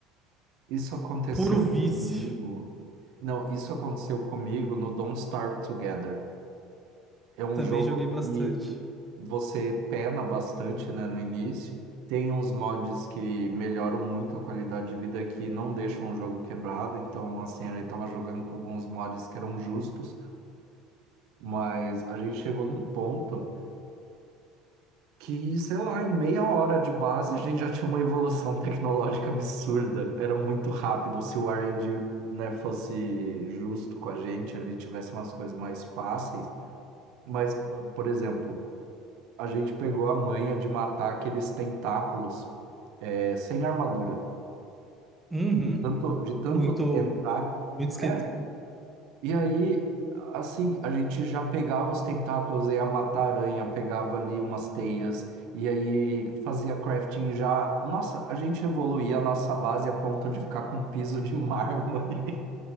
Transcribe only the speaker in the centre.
Puro vício.
Também
joguei bastante.
Uhum.
Muito,
muito esqueminha.